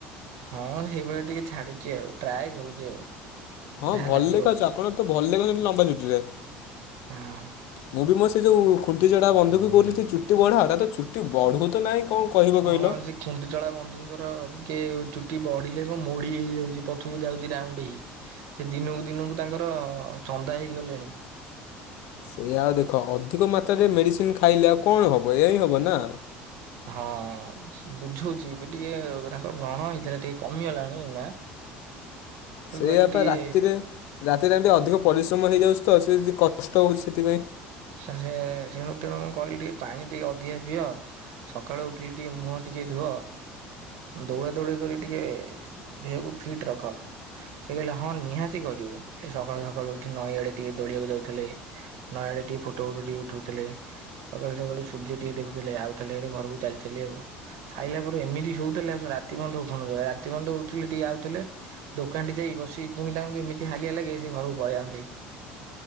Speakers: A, on the right (about 65°); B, on the left (about 65°).
A: ହଁ ସେଇଭଳିଆ ଟିକେ ଛାଡୁଛି ଆଉ। ଟ୍ରାଏ କରୁଚି ଆଉ।
B: ହଁ
A: ଯାହା
B: ଭଲ
A: ଲାଗିବ
B: ଦେଖାଉଛି ଆପଣ ତ ଭଲ ଦେଖାଉଛନ୍ତି ଲମ୍ବା ଚୁଟିରେ।
A: ଉଁ।
B: ମୁଁ ବି ମୋ ସେ ଯେଉଁ ଖୁଣ୍ଟି ଚଡ଼ା ବନ୍ଧୁ କୁ କହୁଥିଲି ଟିକେ ଚୁଟି ବଢ଼ା ତାର ତ ଚୁଟି ବଢ଼ୁ ତ ନାହିଁ କଣ। କହିବ
A: ହଁ
B: କହିଲ?
A: ଆ ସ ଖୁଣ୍ଟିଚଡା ବନ୍ଧୁଙ୍କର ଟିକେ ଚୁଟି ବଢିଲେ କଁ ମୋଢି ହେଇ ଯାଉଛି ପଛୁକୁ ଯାଉଛି ରାଉଣ୍ଡ ହେଇ। ସେ ଦିନୁକୁ ଦିନୁକୁ ତାଙ୍କର ଚନ୍ଦା ହେଇ ଗଲେଣି।
B: ସେ ଆଉ ଦେଖ ଅଧିକ ମାତ୍ରାରେ ମେଡିସିନ ଖାଇଲେ ଆଉ କଣ ହବ ଏୟା ହିଁ ହବ ନା।
A: ହଁ ବୁଝୋଉଛି ଏବେ ଟିକେ ତାଙ୍କର ବ୍ରଣ ହେଇଥିଲା ଟିକେ କମିଗଲାଣି ଏଇନା। ମୁଁ
B: ସେଇଆ
A: କହିଲି ଟିକେ
B: ପା ରାତିରେ। ରାତିରେ ଏମତି ଅଧିକ ପରିଶ୍ରମ ହେଇଯାଉଛି ତ ସେ ଯଦି କଷ୍ଟ ହଉଛି ସେଥିପାଇଁ।
A: ସାର ସିଏ ସେଣୁ ତେଣୁ କହିଲି ଟିକେ ପାଣି ଟିକେ ଅଧିକା ପିଅ। ସକାଳୁ ଉଠିଲି ଟିକେ ମୁହଁ ଟିକେ ଧୁଅ। ଦୌଡ଼ା ଦୌଡି କରି କି ଟିକେ ଦେହକୁ ଫିଟ୍ ରଖ। ସେ କହିଲେ ହଁ ନିହାତି କରିବୁ। ସେ ସକାଳୁ ସକାଳୁ ଉଠି ନଈଆଡେ ଟିକେ ଦୌଡିବାକୁ ଯାଉଥିଲେ। ନଇ ଆଡେ ଟିକେ ଫୋଟୋ ଫଟ ଟିକେ ଉଠଉଥିଲେ। ସକାଳୁ ସକାଳୁ ସୂର୍ଯ୍ୟ ଟିକେ ଦେଖୁଥିଲେ ଆଉ ଥିଲେ ହାରି ଘରକୁ ଚାଲିଚାଲି ଆଉ। ଖାଇଲା ପରେ ଏମିତି ଶୋଉଥିଲେ ଆଉ ସେ ରାତି ପନ୍ତ ଉଠୁ ନଥିଲେ ରାତି ପନ୍ତ ଉଠିଲେ ଟିକେ ଆାଉଥିଲେ। ଦୋକାନ ଟି ଯାଇ ବସି ପୁଣି ତାଙ୍କୁ ଏମିତି ହାଲିଆ ଲାଗେ। ସେ ଘରକୁ ପଳେଇଯାଆନ୍ତି।